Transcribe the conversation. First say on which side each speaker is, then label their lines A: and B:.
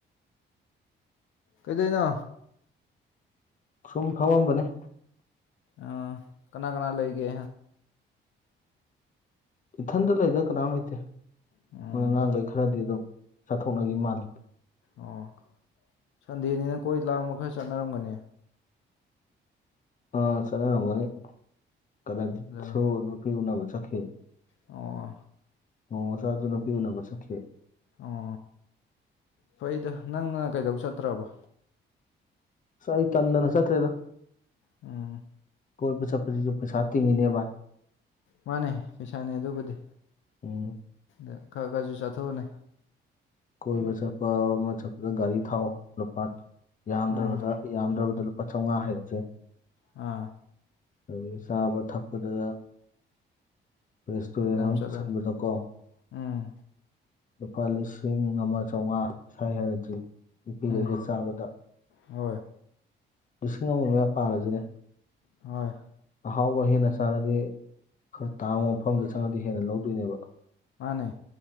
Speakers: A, on the left (about 75°); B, on the left (about 40°).
A: ꯀꯩꯗꯧꯅꯣ
B: ꯁꯨꯝ ꯐꯝꯃꯝꯕꯅꯦ
A: ꯑꯥ ꯀꯅꯥ ꯀꯅꯥ ꯂꯩꯒꯦ
B: ꯏꯊꯟꯗ ꯂꯩꯗ ꯀꯅꯥꯝ ꯂꯩꯇꯦ
A: ꯎꯝ
B: ꯃꯣꯏ ꯑꯉꯥꯡꯈꯩ ꯈꯔꯗꯤ ꯑꯗꯨꯝ ꯆꯥꯊꯣꯛꯅꯈꯤ ꯃꯥꯜꯂꯤ
A: ꯑꯣ ꯁꯟꯗꯦꯅꯤꯅ ꯀꯣꯏ ꯂꯥꯡꯕ ꯈꯔ ꯆꯠꯅꯔꯝꯒꯅꯤ
B: ꯑꯥ ꯆꯠꯅꯔꯝꯒꯅꯤ ꯀꯩꯅꯁꯨ
A: ꯑꯗꯨꯅꯤ
B: ꯅꯨꯄꯤ ꯎꯅꯕ ꯆꯠꯈꯤ
A: ꯑꯣ
B: ꯃꯣꯃꯣꯆꯥꯗꯨ ꯅꯨꯄꯤ ꯎꯅꯕ ꯆꯠꯈꯤ
A: ꯑꯣ ꯐꯩꯗ ꯅꯪꯅ ꯀꯩꯗꯧ ꯆꯠꯇ꯭ꯔꯕꯣ
B: ꯑꯥꯁ ꯑꯩ ꯇꯟꯗꯅ ꯆꯠꯇꯔ꯭ꯦꯗꯥ
A: ꯎꯝ
B: ꯀꯣꯏꯕ ꯆꯠꯞꯁꯤꯁꯨ ꯄꯩꯁꯥ ꯇꯤꯡꯉꯤꯅꯦ ꯕꯥꯏ
A: ꯃꯥꯅꯦ ꯄꯩꯁꯥꯅꯦ ꯑꯗꯨꯕꯨꯗꯤ
B: ꯎꯝ
A: ꯑ ꯈꯔ ꯈꯔꯁꯨ ꯆꯠꯊꯣꯛꯑꯅꯦ
B: ꯀꯣꯏꯕ ꯆꯠꯄ ꯑꯃ ꯆꯠꯄꯗ ꯒꯥꯔꯤ ꯊꯥꯎ ꯂꯨꯄꯥ ꯌꯥꯝꯗ꯭ꯔꯕꯗ
A: ꯎꯝ
B: ꯌꯥꯝꯗ꯭ꯔꯕꯗ ꯂꯨꯄꯥ ꯆꯧꯉꯥ ꯍꯥꯏꯔꯤꯁꯦ
A: ꯑꯥ
B: ꯑꯗꯨꯗꯒꯤ ꯆꯥꯕ ꯊꯛꯄꯗꯗ ꯔꯦꯁꯇꯨꯔꯦꯟ
A: ꯐꯅꯌꯥꯝ
B: ꯑꯃ
A: ꯆꯠꯂꯅꯤ
B: ꯄꯨꯁꯤꯟꯕꯗꯀꯣ
A: ꯎꯝ
B: ꯂꯨꯄꯥ ꯂꯤꯁꯤꯡ ꯑꯃ ꯆꯥꯝꯃꯉꯥ ꯁ꯭ꯋꯥꯏ ꯍꯥꯏꯔꯗꯤ ꯅꯨꯄꯤꯈꯩꯒ
A: ꯎꯝ
B: ꯆꯥꯕꯗ
A: ꯍꯣꯏ
B: ꯂꯤꯁꯤꯡ ꯑꯃ ꯃꯌꯥ ꯄꯥꯜꯂꯁꯤꯅꯦ
A: ꯍꯣꯏ
B: ꯑꯍꯥꯎꯕ ꯍꯦꯟꯅ ꯆꯥꯔꯗꯤ ꯈꯔ ꯇꯥꯡꯕ ꯃꯐꯝꯗ ꯆꯪꯉꯗꯤ ꯍꯦꯟꯅ ꯂꯧꯗꯣꯏꯅꯦꯕ
A: ꯃꯥꯅꯦ